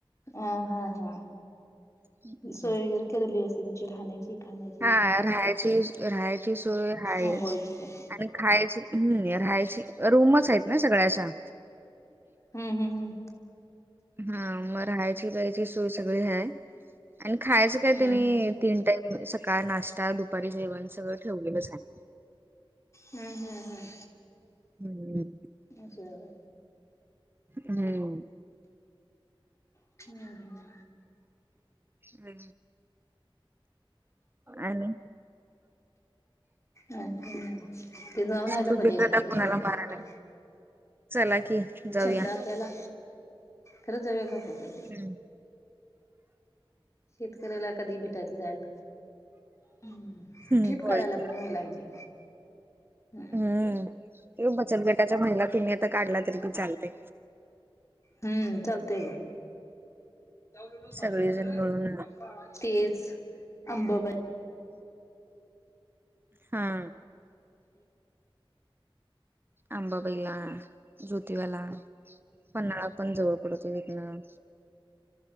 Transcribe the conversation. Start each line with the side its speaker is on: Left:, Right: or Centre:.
Left: अ हा हा
Right: असं
Left: सोय वगैरे केलेली असते तुमची राहण्याची खाण्याची.
Right: हा राहायची राहायची सोय हायच
Left: आंघोळची तेन
Right: आणि खायची हम्म राहायची रूमच आहेत ना सगळ्याशा
Left: हम् हम् हम
Right: हा मग राहायची प्यायची सोय सगळी ह्याय आणि खायचं काय तनी
Left: हम्म.
Right: तीन टाइम सकाळ नाश्ता दुपारी जेवण सगळं ठेवलेलंच आहे
Left: हम्म हम्म हम्म
Right: हम्म
Left: असं आहे होय.
Right: हम्म
Left: ह ह
Right: ह आणि
Left: अ ते सामने आला
Right: सुधीर
Left: पाजा
Right: दादा
Left: क
Right: कुणाला
Left: मोटला
Right: मारायलाय? चला की जाऊया.
Left: छंद त्याला खरंच जावे का बघी
Right: हम्म
Left: शेतकऱ्याला कधी भेटायच जाईल ह
Right: हम्म
Left: ट्रिप
Right: होय
Left: काढायला
Right: की.
Left: पाहिजे महिलांची हम्म
Right: हम्म बचत गटाच्या महिला तुम्ही आता काढला तरी बी चालते
Left: हम्म लते ग
Right: सगळेजण मिळून
Left: तेज अंबाबती
Right: हा आंबाबाईला ज्योतिव्याला पन्हाळा पण जवळ पडवत तथनं